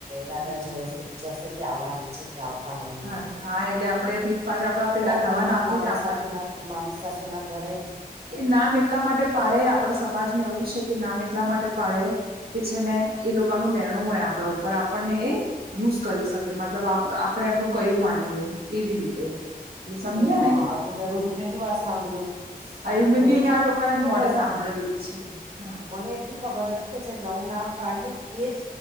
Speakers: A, on the right; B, on the right.
A: રાધા
B: હમ
A: જશે. જસે કે આવવાની છે કે આવતા મહિને.
B: હા હા એટલે આપડે પીઠ પાછા આપડા પેલા
A: સાસરીમાં
B: નવા નામથી
A: મામા
B: જ આપણને
A: સાસુ ના મામી સાસુ ના ઘરે
B: એ નામ એટલા માટે પાડે આપણા સમાજમાં એવું છે કે નામ એટલા માટે પાડે કે છે ને એ લોકોનું લેણું હોય આપણા ઉપર આપણને એ યુઝ કરી શકે મતલબ આપણે એમનું કહ્યુંમાનીએે એવી રીતે એટલે સમજ્યાને
A: એમાં આ તો મેં બધું પેલી વાર સાંભળ્યું
B: આયું મેં
A: મને
B: બી અહિયાં
A: ખાલી
B: આ લોકો
A: એટલી
B: ના
A: ખબર
B: મોઢે જ
A: હતી
B: સાંભળેલું છે હા.
A: મને એટલી ખબર હતી કે જે નવું નામ પાડીએ એજ